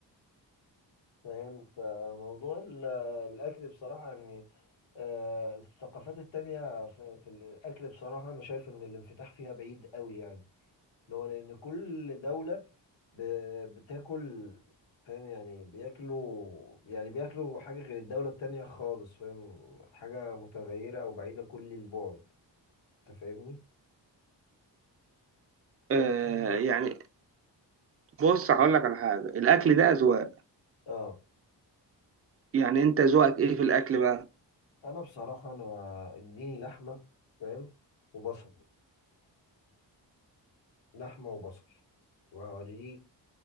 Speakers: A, on the left; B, on the right.
A: فاهم فموضوع ال- الأكل بصراحة يعني آه، الثقافات التانية في في الأكل بصراحة أنا شايف إن الانفتاح فيها بعيد قوي يعني اللي هو لأن كل دولة ب- بتاكل فاهم يعني بياكلوا يعني بياكلوا حاجة غير الدولة التانية خالص فاهم حاجة متغيرة أو بعيدة كل البعد أنت فاهمني؟ ف
B: آه، يعني بص هقول لك على حاجة الأكل ده أذواق
A: آه
B: يعني أنت ذوقك إيه في الأكل بقى؟
A: أنا بصراحة أنا إديني لحمة فاهم وبصل لحمة وبصل وهوريك